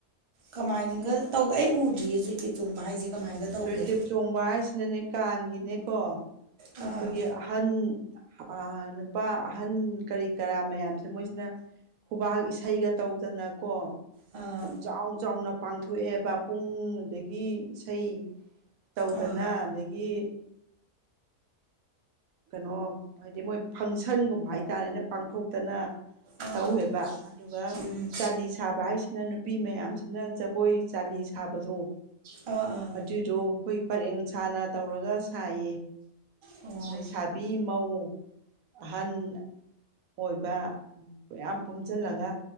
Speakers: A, on the right; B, on the right.
A: ꯀꯃꯥꯏꯅꯒ ꯇꯧ ꯑꯩ ꯎꯗ꯭ꯔꯤꯦꯁꯨ ꯏꯇꯦꯛ ꯆꯣꯡꯕ ꯍꯥꯏꯁꯦ ꯀꯃꯥꯏꯅꯒ ꯇꯧꯒꯦ
B: ꯆꯣꯏꯇꯦꯞ ꯆꯣꯡꯕ ꯍꯥꯏꯁꯤꯅꯅꯦ ꯀꯥꯡꯒꯤꯅꯦꯀꯣ ꯑꯩꯈꯣꯏꯒꯤ
A: ꯑꯥ
B: ꯑꯍꯟ ꯑ ꯅꯨꯄꯥ ꯑꯍꯟ ꯀꯔꯤ ꯀꯔꯥ ꯃꯌꯥꯝꯁꯦ ꯃꯣꯏꯁꯤꯅ ꯈꯨꯕꯥꯛ ꯏꯁꯩꯒ ꯇꯧꯗꯅꯀꯣ
A: ꯑꯥ
B: ꯌꯥꯝ ꯆꯥꯎ ꯆꯥꯎꯅ ꯄꯥꯡꯊꯣꯛꯑꯦꯕ ꯄꯨꯡ ꯑꯗꯒꯤ ꯏꯁꯩ ꯇꯧꯗꯅ
A: ꯑꯥ
B: ꯑꯗꯒꯤ ꯀꯩꯅꯣ ꯍꯥꯏꯗꯤ ꯃꯣꯏ ꯐꯪꯁꯟꯒꯨꯝꯕ ꯍꯥꯏꯇꯥꯔꯦꯅꯦ ꯄꯥꯡꯊꯣꯛꯇꯅ
A: ꯑꯥ
B: ꯇꯧꯋꯦꯕ ꯑꯗꯨꯒ
A: ꯎꯝ
B: ꯆꯥꯂꯤ ꯁꯥꯕ ꯍꯥꯏꯁꯤꯅ ꯅꯨꯄꯤ ꯃꯌꯥꯝꯁꯤꯅ ꯖꯒꯣꯏ ꯆꯥꯂꯤ ꯁꯥꯕꯗꯣ
A: ꯑꯥ ꯑꯥ
B: ꯑꯗꯨꯏꯗꯣ ꯑꯩꯈꯣꯏ ꯄꯔꯦꯡ ꯁꯥꯅ ꯇꯧꯔꯒ ꯁꯥꯏꯌꯦ
A: ꯑꯣ
B: ꯂꯩꯁꯥꯕꯤ ꯃꯧ ꯑꯍꯟ ꯑꯣꯏꯕ ꯃꯌꯥꯝ ꯄꯨꯨꯝꯁꯤꯜꯂꯒ